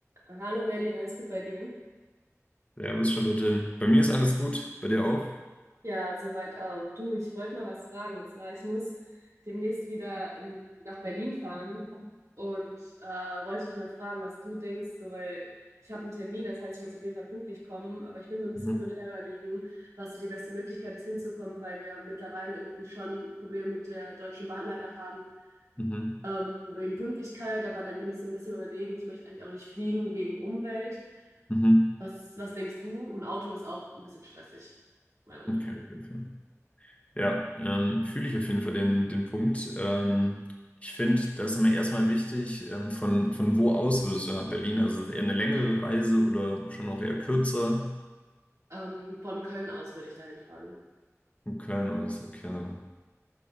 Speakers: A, on the right; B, on the left.
A: Hallo Merlin, alles gut bei dir?
B: Servus, Charlotte. Bei mir ist alles gut, bei dir auch?
A: Ja, soweit auch. Du, ich wollte mal was fragen. Und zwar, ich muss demnächst wieder in, nach Berlin fahren und äh, wollte dich mal fragen, was du denkst, so, weil ich habe einen Termin, das heißt, ich muss auf jeden Fall pünktlich kommen, aber ich bin so ein bisschen
B: Mhm.
A: hin und her überlegen, was so die beste Möglichkeit ist, hinzukommen, weil wir mittlerweile irgendwie schon Probleme mit der Deutschen Bahn leider haben.
B: Mhm.
A: Ähm, wegen Pünktlichkeit, aber dann bin ich so ein bisschen überlegen, ich möchte eigentlich auch nicht fliegen wegen Umwelt.
B: Mhm.
A: Was, was denkst du? Und Auto ist auch ein bisschen stressig, meiner Meinung
B: Okay,
A: nach.
B: auf jeden Fall. Ja, ähm, fühle ich auf jeden Fall den, den Punkt. Ähm, ich finde, das ist immer erstmal wichtig, ähm, von, von wo aus würdest du nach Berlin? Also ist es eher eine längere Reise oder schon auch eher kürzer?
A: Ähm, von Köln aus würde ich dahin fahren.
B: Von Köln aus, okay.